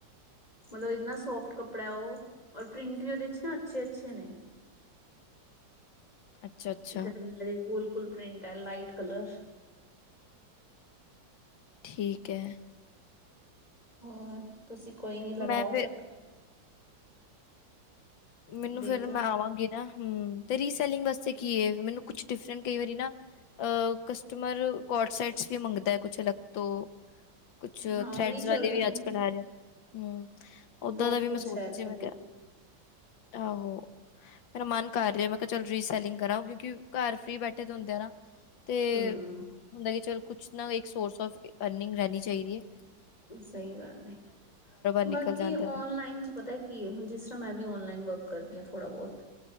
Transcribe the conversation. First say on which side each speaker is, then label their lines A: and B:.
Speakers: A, on the left; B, on the left.
A: ਮਤਲਬ ਇਨਾ ਸੋਫਟ ਕੱਪੜਾ ਉਹ ਔਰ ਪ੍ਰਿੰਟ ਵੀ ਉਹਦੇ 'ਚ ਨਾ ਅਛੇ- ਅਛੇ ਨੇ-
B: ਅੱਛਾ, ਅੱਛਾ
A: ਗਰਮੀ ਦੇ ਕੂਲ- ਕੂਲ ਪ੍ਰਿੰਂਟ ਹੈ। ਲਾਈਟ ਕਲਰ-
B: ਠੀਕ ਐ।
A: ਹੋਰ? ਤੁਸੀ ਕੋਈ ਨੀ ਲਗਾਓ
B: ਮੈਂ ਫਿਰ
A: ਚਕ-
B: ਮੈਨੂੰ
A: ਦੇਖ
B: ਫੇਰ
A: ਲ
B: ਮੈਂ ਆਵਾਂਗੀ ਨਾ, ਹਮ ਤੇ ਰੀਸੈਲਿੰਗ ਵਾਸਤੇ ਕੀ ਏ ਮੈਨੂੰ ਕੁਛ ਡਿਫਰੈਂਟ, ਕਈ ਵਾਰੀ ਨਾ ਅ ਕਸਟਮਰ ਕੋਟਸੇਟਸ ਵੀ ਮੰਗਦਾ, ਅ ਕੁਛ ਅਲਗ ਤੋਂ ਕੁਛ
A: ਹਾਂ
B: ਥਰੈਡਜ
A: ਉਹ ਚੱਲਦੇ
B: ਵਾਲੇ ਵੀ
A: ਨੇ
B: ਅੱਜਕਲ੍ਹ ਆ ਰਹੇ, ਹਮ ਓਦਾਂ
A: ਬਹੁਤ
B: ਦਾ ਵੀ
A: ਕੁਛ
B: ਮੈਂ ਸੋਚ
A: ਹੈ ਇੱਥੇ
B: ਜਿਵੇ
A: ਤੇ
B: ਕਿਹਾ ਆਹੋ। ਮੇਰਾ ਮਨ ਕਰ ਰਿਹਾ, ਮੈਂ ਕਿਹਾ ਚਲ ਰੀਸੈਲਿੰਗ ਕਰਾਂ ਕਿਉਂਕਿ ਘਰ ਫਰੀ ਬੈਠੇ ਤਾਂ ਹੁੰਦੇ ਆ ਨਾ ਤੇ
A: ਹਮ
B: ਹੁੰਦਾ ਕਿ ਚੱਲ, ਕੁਛ ਨਾ ਇੱਕ ਸੋਰਸ ਆਫ਼ ਅਰਨਿੰਗ ਰਹਿਣੀ ਚਾਹੀਦੀ ਐ।
A: ਸਹੀ ਗੱਲ ਏ,
B: ਨਿਕਲ
A: ਬਾਕੀ
B: ਜਾਂਦਾ
A: ਓਨਲਾਈਨ
B: ਵਾ।
A: ਚ ਪਤਾ ਏ ਕੀ ਏ, ਹੁਣ ਜਿਸ ਤਰ੍ਹਾਂ ਮੈਂ ਵੀ ਓਨਲਾਈਨ ਵਰਕ ਕਰਦੀ ਹਾਂ ਥੋੜ੍ਹਾ ਬਹੁਤ